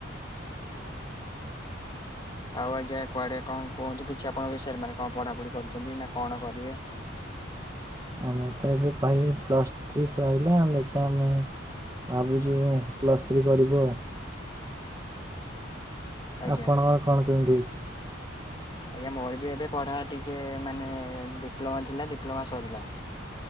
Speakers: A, on the left; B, on the right.
A: ଆଉ ଆଜ୍ଞା କୁଆଡେ କଂ କୁହନ୍ତୁ କିଛି ଆପଣଙ୍କ ବିଷୟରେ ମାନେ କଣ ପଢ଼ାପଢ଼ି କରୁଛନ୍ତି ନା କଣ କରିବେ?
B: ଆମାର ତ ଏବେ ଭାଇ ପ୍ଲସ୍ ଥ୍ରି ସରିଲା ଆଉ ଦେଖିଆ ଆମେ ଭାବୁଚୁ ପ୍ଲସ୍ ଥ୍ରୀ କରିବୁ ଆଉ।
A: ଆଜ୍ଞା
B: ଆପଣଙ୍କର କଣ କେମିତି ହେଇଚି।
A: ଆଜ୍ଞା ମୋର ବି ଏବେ ପଢା ଟିକେ ମାନେ ଡିପ୍ଲୋମା ଥିଲା ଡିପ୍ଲୋମା ସରିଲା।